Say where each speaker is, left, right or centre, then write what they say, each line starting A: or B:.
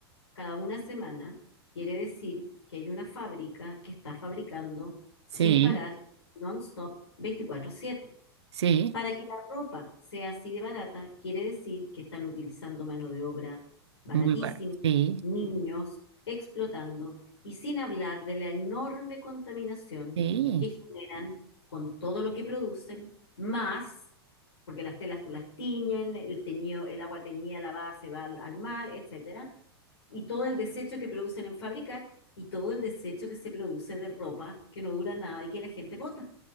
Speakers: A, on the left (about 85°); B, on the right (about 85°).
A: cada una semana, quiere decir que hay una fábrica que está fabricando sin
B: Sí,
A: parar, non-stop, 24/7.
B: sí,
A: Para que la ropa sea así de barata, quiere decir que están utilizando mano de obra baratísima,
B: muy bueno. Sí,
A: niños explotando y sin hablar de la enorme contaminación
B: sí.
A: que generan con todo lo que producen, más, porque las telas tú las tiñen, el teñido, el agua teñida lavada se va al, al mar, etcétera, y todo el desecho que producen en fabricar y todo el desecho que se produce de ropa que no dura nada y que la gente bota.